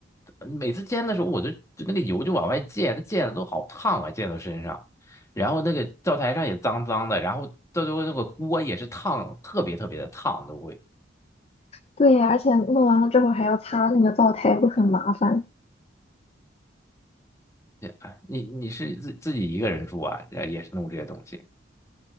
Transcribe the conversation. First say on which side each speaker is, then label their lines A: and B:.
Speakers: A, on the left; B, on the left.
A: 每次煎的时候，我就就那个油就往外溅，它溅的都好烫啊，溅到身上。然后那个灶台上也脏脏的，然后到最后那个锅也是烫，特别特别的烫都会。
B: 对呀，而且弄完了之后还要擦那个灶台，就很麻烦。
A: 哎你你是自自己一个人住啊，呃也是弄这些东西。